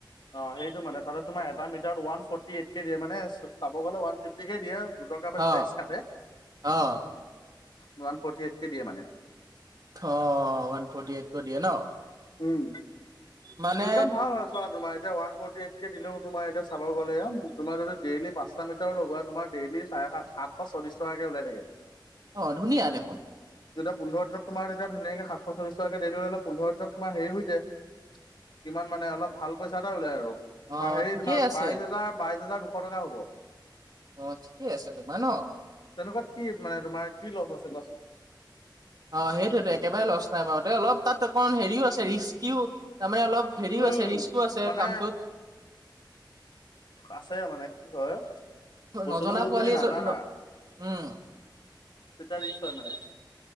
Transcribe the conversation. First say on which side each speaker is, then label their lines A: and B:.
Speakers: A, on the left; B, on the right.
A: অ সেইটো মানে তাতে তোমাৰ এটা মিটাৰ ওৱান ফৰ্টি এইট কে দিয়ে মানে চাব গ'লে ওৱান ফ্ৰিফটিকে দিয়ে। দুটকা মান
B: অ',
A: টেক্স কাটে
B: অ',
A: ওৱান ফৰ্টি এইটকে দিয়ে মানে।
B: অ' ওৱান ফৰৰ্টি এইট কৈ দিয়ে ন
A: উম
B: মানে
A: ইনকাম ভাল আৰু চোৱা তোমাৰ এতিয়া ওৱান ফৰ্টি এইট কে দিলেও তোমাৰ এতিয়া চাব গলে তোমাৰ যদি ডেইলি পাঁচটা মিটাৰ লগোৱা তোমাৰ ডেইলি চাৰে সাত আঠশ চল্লিছ টকাকে ওলাই থাকে।
B: অ' ধুনীয়া দেখোন।
A: যেতিয়া পোন্ধ দিনত তোমাৰ তেতিয়া ধুনীয়াকে সাতশ চল্লিছ টকাকৈ দেইলি ওলালে পোন্ধৰ দিনত তোমাৰ হেৰি হৈ যায়। কিমান মানে অলপ ভাল পইচা এটা ওলাই আৰু
B: অ',
A: হেৰি
B: ঠিকেই
A: তোমাৰ
B: আছে।
A: বাইশ হাজাৰ, বাইশ হাজাৰ দুশ টকা হ'ব।
B: অ' ঠিকে আছে তোমাৰ ন
A: তেনেকুৱাত কি মানে তোমাৰ কি লছ আছে কোৱাচোন?
B: অ' সেইটোয়েতো একেবাৰে লছ নাই বাৰু দে অলপ তাত অকণ হেৰিও আছে ৰিস্কিও তাৰমানে অলপ হেৰিও
A: উম
B: আছে, ৰিস্কো আছে
A: মানে
B: কামটোত।
A: আছে মানে কি হয় বস্তুটো
B: নজনা পোৱালি
A: তুমি
B: এজন
A: নাজানা?
B: উম।
A: তেতিয়া ৰিস্কি হয় মানে।